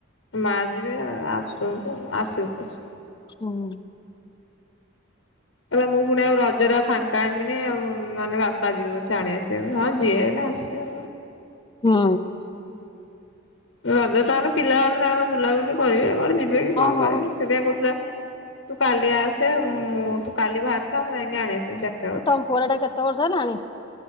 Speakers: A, on the left; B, on the left.
A: ମା ଯିବେ ଆ-ଆସନ୍ତୁ ଆସିବୁ ପଛେ।
B: ହୁଁ।
A: କଲା ମୁଁ ଫୁଣି ଆଉ ରଜରେ ଆଉ ଫାଙ୍କ୍ ଙ୍କା <unintelligible> ଆଉ <unintelligible> ବାପା ଯିବେ ପଛେ ଆଣି ଆସିବେ ହଁ, ଯିଏ ହେଲେ ଆସିବ।
B: ହୁଁ।
A: ରଜରେ ତାର ପିଲାମାନେ ତାର ବୁଲାବୁଲି କରିବେ, କୁଆଡେ ଯିବେ କି କଣ
B: ହଁ
A: କରିବେ? ସେଥିପାଇଁ କହୁଥିଲା। ତୁ କାଲି ଆସେ, ମୁଁ ତୁ କାଲି ବାହାରିଥା ମୁଁ ଯାଇଁକି ଆଣି ଆସିବି। ଚାର୍
B: ତମ ପୁଅର ଏଇଟା କେତେ ବର୍ଷ ହେଲାଣି?